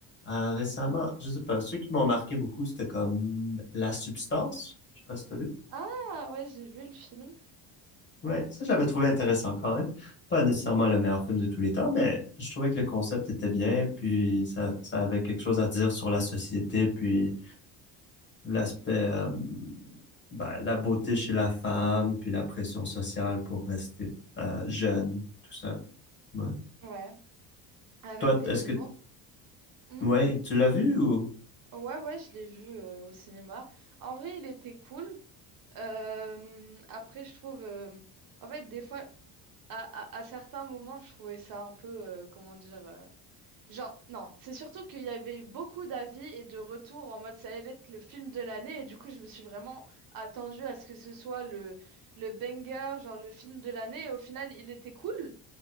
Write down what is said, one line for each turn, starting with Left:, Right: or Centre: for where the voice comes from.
Left: Euh, récemment, je sais pas, ceux qui m'ont marqué beaucoup, c'était comme La Substance. Je sais pas si t'as vu.
Right: Ah, ouais, j'ai vu le film.
Left: Ouais, ça j'avais trouvé intéressant quand même. Pas nécessairement le meilleur film de tous les temps, mais je trouvais que le concept était bien, puis ça, ça avait quelque chose à dire sur la société, puis l'aspect, euh, bah, la beauté chez la femme, puis la pression sociale pour rester euh, jeune, tout ça. Ouais.
Right: Ouais, avec
Left: Toi, t-
Right: Demi
Left: est-ce que,
Right: Moore. Hmm.
Left: ouais, tu l'as vu ou?
Right: Ouais, ouais, je l'ai vu euh, au cinéma. En vrai, il était cool. Euh, après, je trouve, euh, en fait, des fois, à, à- à certains moments, je trouvais ça un peu, euh, comment dire. euh, Genre, non, c'est surtout qu'il y avait eu beaucoup d'avis et de retours en mode ça allait être le film de l'année et du coup je me suis vraiment attendue à ce que ce soit le, le banger, genre le film de l'année et au final il était cool,